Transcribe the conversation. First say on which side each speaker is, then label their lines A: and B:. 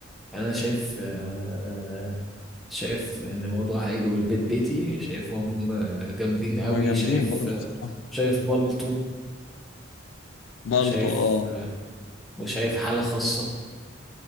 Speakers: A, in the centre; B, on the left.
A: يعني انا شايف آه، شايف ان موضوع عائلي والبيت بيتي شايفهم آه، جامدين قوي
B: هما جامدين
A: شايف
B: برضه
A: آه،
B: بصراحه
A: شايف بالطو
B: بالطو
A: وشايف
B: اه
A: آه، وشايف حالة خاصة